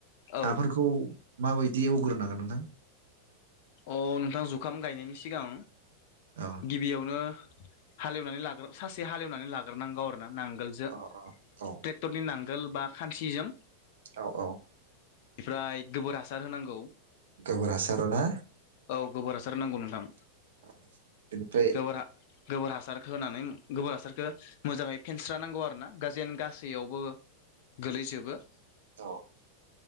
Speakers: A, on the left; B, on the right.
A: औ
B: हाफोरखौ माबायदि एवग्रोनांगोन नोंथां।
A: अ नोंथां जुखाम गायनायनि सिगां
B: औ
A: गिबियावनो हालेवनानै लाग्रो सासे हालेवनानै लाग्रोनांगौ आरो ना नांगोलजों
B: अ औ
A: ट्रेक्टरनि नां गोल बा खान्सिजों
B: औ औ।
A: फ्राय गोबोर हासार होनांगौ।
B: गोबोर हासार ना
A: औ गोबोर हासार होनांगौ नोंथां।
B: <unintelligible>
A: गोबोर हा गोबोर हासारखौ होनानै गोबोर हासारखौ मोजाङै फेनस्रानांगौ आरो ना गा जेन गासैयावबो। गोलैजोबो।
B: औ